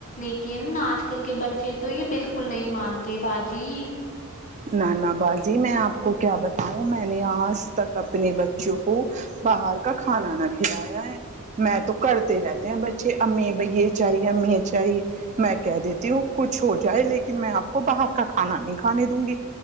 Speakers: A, on the left; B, on the right.
A: لکن اج کل کے بچے تو یہ بلک کل نہیں مانتے باجی
B: نان باجی میں آپ کو کیا بتاؤں میں نے آج تک اپنے بچوں کو باہر کا کھانا نہ کھلایا ہے میں تو کرتے رہتے ہیں بچے امی بھائی یہ چاہیے ایں یہ چاہیے میں کہ دیتی ہوں کچھ ہو جائے لیکن میں آپ کو باہر کا کھانا نہیں کھا کے دوں گی